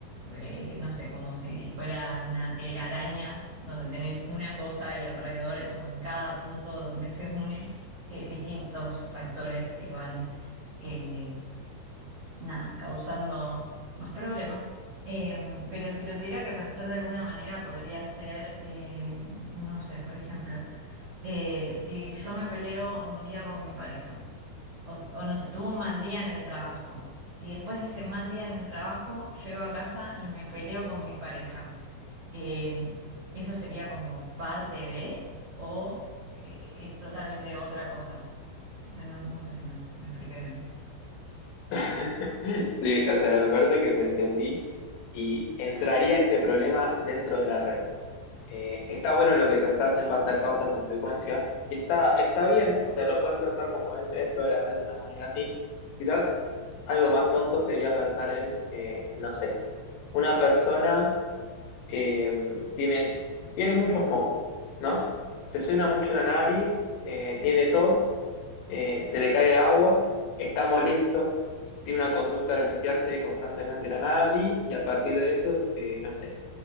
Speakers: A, on the right; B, on the left.
A: eh, no sé, como si fuera una telaraña donde tenés una cosa y alrededor, eh, como en cada punto donde se une, eh, distintos factores que van, eh, nada, causando más problemas. Em, pero si lo tuviera que pensar de alguna manera, podría ser, eh, no sé, por ejemplo, eh, si yo me peleo un día con mi pareja, o, o no sé, tuve un mal día en el trabajo, y después de ese mal día en el trabajo, llego a casa y me peleo con mi pareja. Em, ¿eso sería como parte de, o eh, es totalmente otra cosa? No, no sé si me me expliqué bien.
B: <laughs> Sí, o sea, me parece que te entendí y entraría este problema dentro de la red. Eh, está bueno lo que pensás en base a causa-consecuencia y está, está bien, o sea, lo puedes pensar como en- dentro de la red de una manera así. Quizás algo más tonto sería pensar en, eh, no sé, una persona eh, tiene, tiene muchos mocos, ¿no? Se suena mucho la nariz, eh, tiene tos eh, se le cae agua, está molesto, tiene una conducta de limpiarse constantemente la nariz y a partir de eso, eh, no sé,